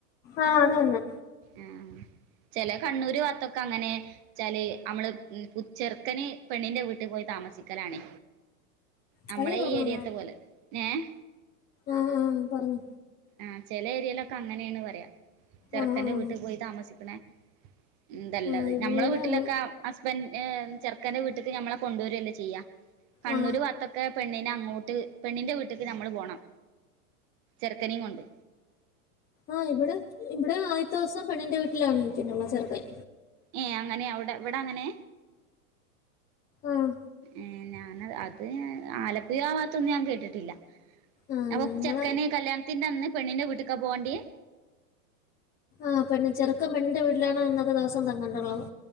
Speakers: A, on the left; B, on the right.
A: ആഹ് അത് തന്നെ
B: ആഹ് ചെല കണ്ണൂര് ഭാഗത്തൊക്കെ അങ്ങനെ ച്ചാല് അമ്മള് ചെറുക്കന് പെണ്ണിന്റെ വീട്ടിൽ പോയി താമസിക്കലാണ് നമ്മളെ
A: കഴുകി കൊടുക്കണോ
B: ഈ ഏരിയത്ത്
A: അമ്മേ
B: പോലെ ഏഹ്
A: ആഹ് ആഹ് പർഞ്ഞോ
B: ആഹ് ചെല ഏരിയിലൊക്കെ അങ്ങനെണ് പറയാ
A: ആഹ്
B: ക്കന്റെ
A: ആഹ്
B: വീട്ടിൽ പോയി താമസിക്ണെ ന്തല്ലത്
A: ആ ഇവിടെ
B: ഞമ്മളെ വീട്ടിലൊക്കെ
A: അങ്ങ്
B: ഹസ്ബൻ ചെറുക്കന്റെ വീട്ടിക്ക് നമ്മളെ കൊണ്ടുവരല്ലേ ചെയ്യാ കണ്ണൂര്
A: ആ
B: ഭാത്തൊക്കെ പെണ്ണിനെ അങ്ങോട്ട് പെണ്ണിന്റെ വീട്ടി നമ്മള് പോണം ചെർക്കനിം കൊണ്ട്
A: ആഹ് ഇവടെ ഇവടെ ആദ്യത്തെ ദിവസം പെണ്ണിന്റെ വീട്ടിലാണ് നിക്കിള്ളത് ചെറ്ക്കൻ
B: ഏഹ് അങ്ങനെ അവ്ടെ ഇവടെ അങ്ങനെ
A: ആഹ്
B: ഏഹ് ഞാന അത് ആലപ്പുഴ ആവാത്തൊന്നും ഞാൻ കേട്ടിട്ടില്ല
A: ആ
B: അപ്പൊ
A: ഞങ്ങൾ
B: ചെക്കന് കല്യാണത്തിന്റെ അന്ന് പെണ്ണിന്റെ വീട്ടിക്കാ പോണ്ടിയെ?
A: ആഹ് പെണ്ണ് ചെറുക്കം പെണ്ണിന്റെ വീട്ടിലാണ് അന്നത്തെ ദിവസം തങ്ങണ്ടള്ളത്